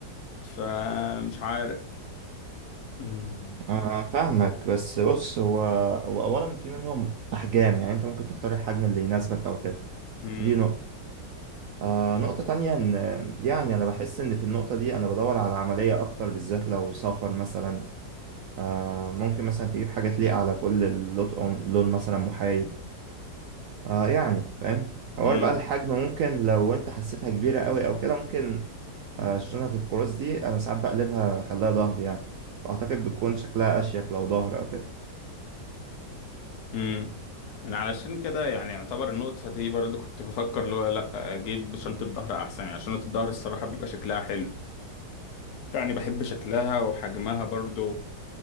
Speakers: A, on the left; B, on the right.
A: فمش عارف مم.
B: آه فاهمك بس بص هو هو اولا في منهم احجام يعني انت ممكن تختار الحجم اللي يناسبك او كده
A: مم.
B: دي نقطة آه نقطة تانية ان يعني انا بحس ان في النقطة دي انا بدور على عملية اكتر بالذات لو سفر مثلا آه ممكن مثلا تجيب حاجة تليق على كل اللطقم لون مثلا محايد آه يعني فاهم حوار
A: مم.
B: بقى الحجم ممكن لو انت حسيتها كبيرة قوي او كده ممكن آه شنطة القراص دي انا ساعات بقلبها اخليها ظهر يعني فاعتقد بتكون شكلها اشيك لو ظهر او كده
A: مم. أنا علشان كده يعني يعتبر النقطة دي برضو كنت بفكر اللي هو لأ أجيب شنطة ظهر أحسن يعني شنطة الظهر الصراحة بيبقى شكلها حلو يعني بحب شكلها وحجمها برضو